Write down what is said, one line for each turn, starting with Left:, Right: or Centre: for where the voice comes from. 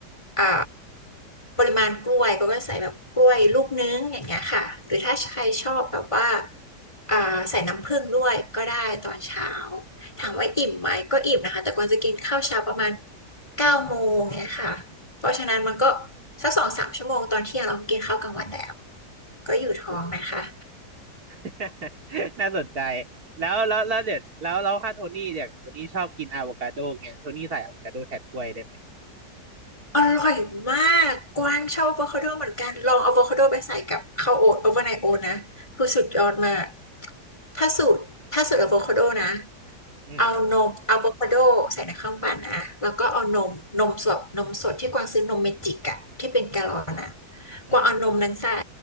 Left: อ่าปริมาณกล้วยก็ก็ใส่แบบกล้วยลูกนึงอย่างเงี้ยค่ะหรือถ้าใครชอบแบบว่าอ่าใส่น้ำผึ้งด้วยก็ได้ตอนเช้าถามว่าอิ่มไหมก็อิ่มนะคะแต่กวางจะกินข้าวเช้าประมาณเก้าโมงเนี้ยค่ะเพราะฉะนั้นมันก็สักสองสามชั่วโมงตอนเที่ยงเรากินข้าวกลางวันแล้วก็อยู่ท้องนะคะ
Right: <laughs> <laughs> น่าสนใจแล้วแล้วแล้วเดี๋ยวแล้วแล้วถ้าโทนี่เนี่ยโทนี่ชอบกินอะโวคาโดเงี้ยโทนี่ใส่อะโวคาโดแทนกล้วยได้ไหม
Left: อร่อยมาก กวางชอบอะโวคาโดเหมือนกัน ลองอะโวคาโดไปใส่กับข้าวโอ๊ตโอเวอร์ไนท์โอ๊ตนะคือสุดยอดมากถ้าสูตรถ้าสูตรอะโวคาโดนะ
Right: อืม
Left: เอานมอะโวคาโดใส่ในเครื่องปั่นนะ แล้วก็เอานมนมสดนมสดที่กวางซื้อนมเมจิกอะที่เป็นแกลลอนนะ
Right: อืมอืม
Left: กวางเอานมนั้นใส่